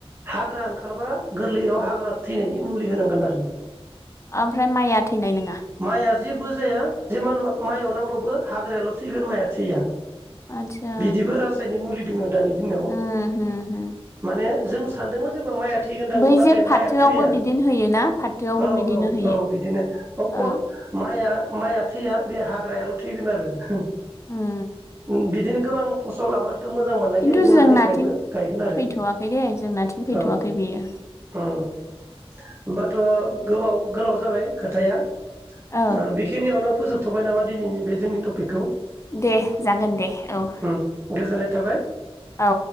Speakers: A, on the right (about 20°); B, on the left (about 30°).
A: हाग्रा ओंखारबा गोरलैयाव हाग्रा थैनायनि मुलि होनांगोन आरो
B: आम फ्राय माइआ थैनाय नोङा?
A: माइआ जेबो जाया जेमान माइआव नांबावबो हाग्रायाल थैगोन माइआ थैया।
B: आदसा
A: बिदिबो रासायनिक मुलि दोंङो दानि दिनाव
B: उम होम होम
A: माने जों सानदोंमोन जेनबा माइआ थैगोनदां
B: बै
A: नाथाय
B: जे फाथोआवबो
A: माइआ थैया
B: बिदिनो होयोना फाथोआवबो
A: औ
B: बिदिनो
A: औ
B: होयो।
A: औ बिदिनो अकल
B: औ
A: माइआ-माइआ थैया बे हाग्रायाल थैगोन आरो।
B: उम
A: उम बिदिनो गोबां फसल आबाद खो मोजां मोननायखाय
B: खिन्थु
A: जोंहा
B: जोंनाथिं
A: देग्लायबो गायगोन आरो
B: फैथ'वाखै दे जोंनाथिं फैथ'वाखै
A: औ उम
B: बियो
A: होमबाथ गोबाव गोलाव जाबाय खोथाया
B: औ
A: ओ बिखिनियावनो फोजोबथबाय नामा दिनैनि बे जोंनि टपिकखौ?
B: दे जागोन दे औ।
A: उम गोजोननाय थाबाय।
B: औ